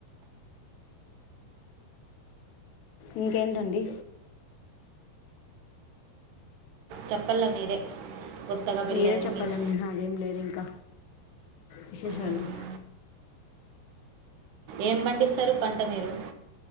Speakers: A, on the left (about 85°); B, on the right (about 80°).
A: ఇంకేంటండి
B: చెప్పల్ల మీరే కొత్తగా పెళ్ళయింది
A: మీరే చెప్పల్లండి
B: మీరు
A: నాదేం లేదింక విశేషాలు
B: మ్మ్. ఏం పండిస్తారు పంట మీరు